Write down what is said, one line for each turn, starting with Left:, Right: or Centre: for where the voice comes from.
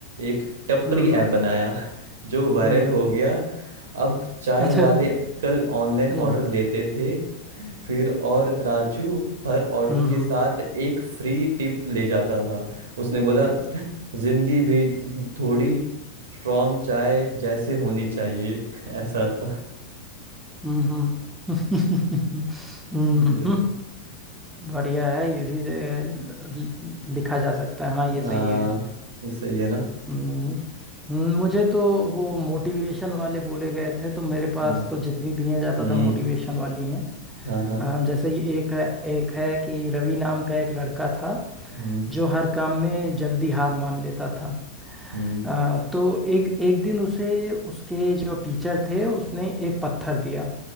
Right: एक टपरी
Centre: हम्म
Right: ऐप
Centre: हम्म
Right: बनाया <laughs> जो वायरल
Centre: हम्म,
Right: हो गया अब चाय
Centre: अच्छा
Right: वाले कल ऑनलाइन
Centre: हम्म
Right: ऑर्डर लेते थे फिर और राजू हर ऑर्डर
Centre: हम्म
Right: के साथ एक फ्री टिप ले जाता था उसने बोला जिंदगी भी थोड़ी स्ट्रांग चाय जैसे होनी चाहिए <laughs> ऐसा था
Centre: हम्म हम्म <laughs> हम्म
Right: बस।
Centre: बढ़िया है ये भी ए, ल- ल- लिखा जा सकता है हाँ ये
Right: हाँ
Centre: सही है
Right: ये सही है ना
Centre: हम्म हम्म, मुझे तो वो मोटिवेशन वाले बोले गए थे तो मेरे पास
Right: हम्म
Centre: तो जितनी भी हैं ज्यादातर
Right: हम्म
Centre: मोटिवेशन वाली हैं
Right: हाँ हाँ
Centre: अ, जैसे ये एक है एक है कि रवि नाम का एक लड़का था
Right: हम्म
Centre: जो हर काम में जल्दी हार मान लेता था
Right: हम्म
Centre: अ, तो एक एक दिन उसे उसके जो टीचर थे उसने एक पत्थर दिया